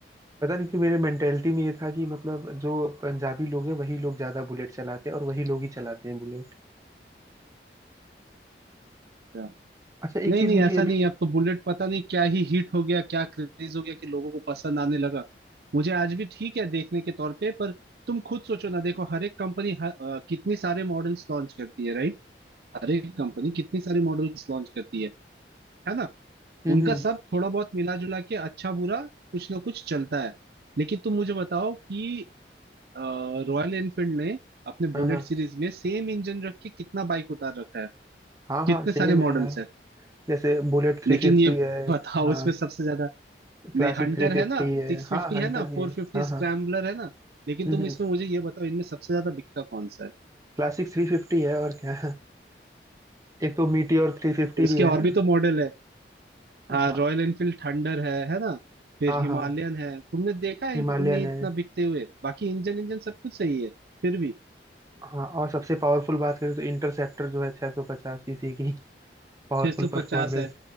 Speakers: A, on the right; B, on the right.
A: पता नहीं कि मेरे मेंटेलिटी में ये था कि मतलब जो पंजाबी लोग हैं वही लोग ज्यादा बुलेट चलाते हैं और वही लोग ही चलाते हैं बुलेट
B: अच्छा
A: अच्छा एक
B: नहीं
A: चीज
B: नहीं
A: मुझे
B: ऐसा
A: ये
B: नहीं
A: भी
B: है अब तो बुलेट पता नहीं क्या ही हिट हो गया क्या क्रेज हो गया कि लोगों को पसंद आने लगा मुझे आज भी ठीक है देखने के तौर पे पर तुम खुद सोचो ना देखो हर एक कंपनी कितनी सारे मॉडल्स लॉन्च करती है राइट हर एक कंपनी कितनी सारे मॉडल्स लॉन्च करती है है ना
A: हम्म
B: उनका
A: हम्म
B: सब थोड़ा बहुत मिला जुला के अच्छा बुरा कुछ ना कुछ चलता है लेकिन तुम मुझे बताओ कि रॉयल एनफील्ड ने अपने बुलेट
A: हाँ हाँ
B: सीरीज में सेम इंजन रख के कितना बाइक उतार रखा है
A: हाँ हाँ
B: कितने
A: सेम
B: सारे
A: है
B: मॉडल्स
A: यार
B: है
A: जैसे बुलेट थ्री
B: लेकिन
A: फिफ्टी
B: ये
A: है
B: बताओ
A: हाँ
B: उसमें सबसे ज्यादा
A: क्लासिक
B: नहीं हंटर
A: थ्री फिफ्टी
B: है ना
A: है
B: सिक्स
A: हाँ
B: फिफ्टी
A: हंटर
B: है ना
A: भी
B: फोर
A: है
B: फिफ्टी
A: हाँ
B: स्क्रैम्बलर
A: हाँ
B: है ना लेकिन
A: हम्म
B: तुम इसमें मुझे ये बताओ इनमें सबसे ज्यादा बिकता कौन सा है
A: क्लासिक थ्री फिफ्टी है और क्या एक तो मीटियोर 350
B: उसके
A: भी है
B: और
A: ना
B: भी तो मॉडल है
A: हाँ
B: हाँ रॉयल एनफील्ड थंडर है है ना फिर
A: हाँ
B: हिमालयन
A: हाँ
B: है तुमने देखा है
A: हिमालयन
B: इन- इन्हें
A: है
B: इतना बिकते हुए बाकी इंजन इंजन सब कुछ सही है फिर भी
A: हाँ और सबसे पावरफुल बात करें तो इंटरसेप्टर जो है 650 सीसी की पावरफुल
B: 650
A: परफॉर्मेंस
B: है